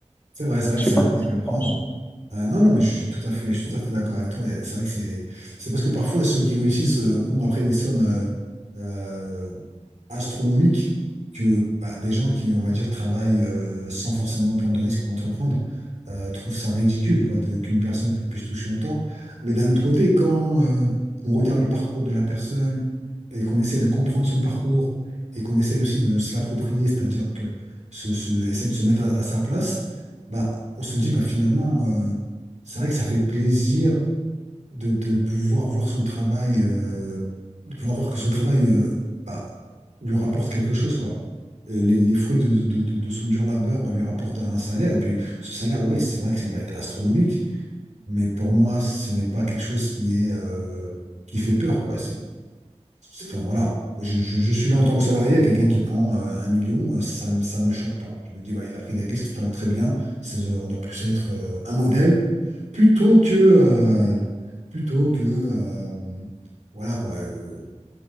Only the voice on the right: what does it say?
c'est vrai, c'est vrai
que
c'est
un risque
à prendre.
Ah non, non, mais je suis tout à fait, je suis tout à fait d'accord avec toi. Il y a- C'est vrai que c'est, c'est parce que parfois ceux qui réussissent euh, ont après des sommes euh, euh, astronomiques que bah, des gens qui, on va dire, travaillent euh, sans forcément prendre de risques ou entreprendre euh, trouvent ça ridicule, quoi, de- qu'une personne pu- puisse toucher autant. Mais d'un autre côté, quand euh, on regarde le parcours de la personne et qu'on essaie de comprendre son parcours et qu'on essaie aussi de se l'approprier, c'est-à-dire que se, se- essayer de se mettre à, à sa place, bah, on se dit, bah, finalement. euh, c'est vrai que ça fait plaisir de, de pouvoir voir son travail, euh, de pouvoir voir que son travail euh, bah, lui rapporte quelque chose, quoi. Euh, Les, les fruits de, de, de- de son dur labeur euh, lui rapportent un salaire, et puis ce salaire, oui, c'est vrai que ça va être astronomique, mais pour moi, ce n'est pas quelque chose qui est, euh, qui fait peur, quoi. Enfin, voilà. Je, je- je suis là en tant que salarié, il y a quelqu'un qui prend euh, un million, euh, ça ne me, ça me choque pas. Je me dis, bah, il a pris des risques, très très bien. C'est, euh, on doit plus être euh, un modèle plutôt que, euh, plutôt que euh, voilà, quoi, euh,